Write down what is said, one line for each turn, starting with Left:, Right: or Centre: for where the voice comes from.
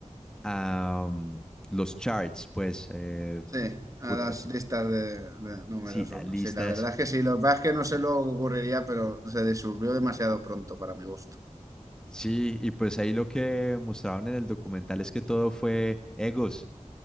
Centre: a mm, los charts, pues eh,
Right: Sí, a
Centre: puta,
Right: las
Centre: sí.
Right: listas de, de números
Centre: Sí, las
Right: uno.
Centre: listas.
Right: Sí, la verdad es que sí, lo que pasa es que no sé lo que ocurriría, pero se descubrió demasiado pronto para mi gusto.
Centre: Sí, y pues ahí lo que mostraron en el documental es que todo fue egos,